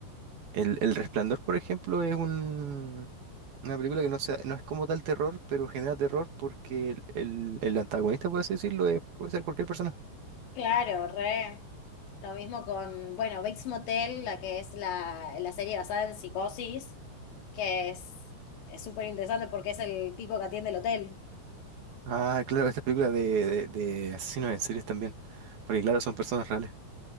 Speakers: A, on the right; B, on the left.
A: El, El Resplandor, por ejemplo, es un, una película que no, sea- no es como tal terror, pero genera terror porque el, el- el antagonista, por así decirlo, es- puede ser cualquier persona.
B: Claro, re. Lo mismo con, bueno, Bates Motel, la que es la, la serie basada en Psicosis, que es es súper interesante porque es el tipo que atiende el hotel.
A: Ah, claro, estas películas de, de, de asesinos en series también. Porque claro, son personas reales.